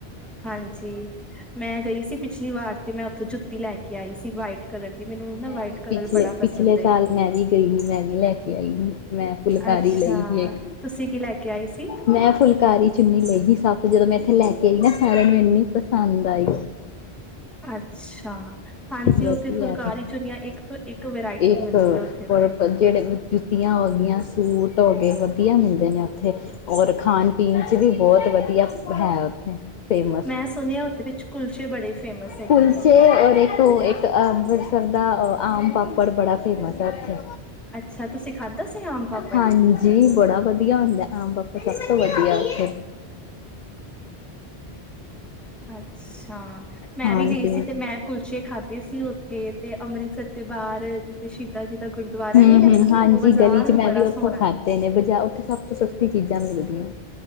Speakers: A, in the centre; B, on the left (about 55°).
A: ਹਾਂਜੀ ਮੈਂ ਗਈ ਸੀ ਪਿਛਲੀ ਵਾਰ ਤੇ ਮੈਂ ਉੱਥੋਂ ਜੁੱਤੀ ਲੈ ਕੇ ਆਈ ਸੀ ਵਾਈਟ ਕਲਰ ਦੀ ਮੈਨੂੰ ਨਾ
B: ਮੈਂ
A: ਵਾਈਟ
B: ਵੀ
A: ਕਲਰ
B: ਪਿਛਲੇ
A: ਬੜਾ ਪਸੰਦ
B: ਪਿਛਲੇ
A: ਏ
B: ਸਾਲ ਮੈਂ ਵੀ ਗਈ ਸੀ ਮੈਂ ਵੀ ਲੈ ਕੇ ਆਈ ਸੀ ਮੈਂ ਫੁਲਕਾਰੀ
A: ਅੱਛਾ
B: ਲਈ ਸੀ ਇੱਕ
A: ਤੁਸੀਂ ਕੀ ਲੈ ਕੇ ਆਏ ਸੀ
B: ਮੈਂ ਫੁਲਕਾਰੀ ਚੁੰਨੀ ਲਈ ਸੀ ਸਭ ਤੋਂ ਜਦੋਂ ਮੈਂ ਇਥੇ ਲੈ ਕੇ ਆਈ ਨਾ ਸਾਰਿਆਂ ਨੂੰ ਇੰਨੀ ਪਸੰਦ ਆਈ
A: ਅੱਛਾ ਹਾਂਜੀ
B: ਵਧੀਆ
A: ਉੱਥੇ ਫੁਲਕਾਰੀ
B: ਤੇ
A: ਚੁੰਨੀਆਂ ਇੱਕ ਤੋਂ ਇੱਕ ਵੈਰਾਇਟੀ
B: ਇੱਕ
A: ਮਿਲਦੀ ਹੈ ਉੱਥੇ
B: ਹੋਰ
A: ਤੇ।
B: ਜਿਹੜੇ ਜੁੱਤੀਆਂ ਹੋ ਗਆਂ ਸੂਟ ਹੋ ਗਏ ਵਧੀਆ ਵਧੀਆ ਮਿਲਦੇ ਨੇ ਆਪ ਔਰ ਖਣ ਪਿੰਜ ਵੀ ਬਹੁਤ ਵਧੀਆ ਹੈ ਉੱਥੇ ਫੇਮਸ
A: ਮੈਂ ਸੁਣਿਆ ਉਹਦੇ ਵਿੱਚ ਕੁਲਚੇ ਬੜੇ ਫੇਮਸ ਹੈਗੇ
B: ਕੁਲਚੇ
A: ਨੇ,
B: ਔਰ ਇੱਕ ਅਬ ਸਰ ਦਾਹ ਆਮ ਪਾਪ ਪੜ ਬੜਾ ਫੇਮਸ ਆ ਉੱਥੇ
A: ਅੱਛਾ ਤੁਸੀਂ ਖਾਧਾ ਸੀ ਆਮ ਪਾਪੜ?
B: ਹਾਂਜੀ ਬੜਾ ਵਧੀਆ ਹੁੰਦਾ ਹਾਂ ਬਾਪਾ ਸਭ ਤੋਂ ਵਧੀਆ ਉਓਥੇ
A: ਅੱਛਾ ਮੈਂ
B: ਖਾਣ
A: ਵੀ ਗਈ
B: ਪੀਣ
A: ਸੀ ਤੇ ਮੈਂ ਕੁਲਚੇ ਖਾਧੇ ਸੀ ਉੱਥੇ ਤੇ ਅੰਮ੍ਰਿਤਸਰ ਦੇ ਬਾਹਰ ਤੇ ਸ਼ਹੀਦਾਂ ਜੀ ਦਾ ਗੁਰਦੁਆਰਾ
B: ਹੂੰ-ਹੂੰ,
A: ਨੀ ਹੈ
B: ਹਾਂਜੀ
A: ਉਹ ਬਾਜ਼ਾਰ
B: ਗਲੀ ਚ ਮੈਂ
A: ਬੜਾ
B: ਵੀ ਉੱਥੋਂ
A: ਸੋਹਣਾ
B: ਖਾਧੇ ਨੇ ਬਜਾ ਉੱਥੇ ਸਭ ਤੋਂ ਸਸਤੀ ਚੀਜ਼ਾਂ ਮਿਲਦੀਆਂ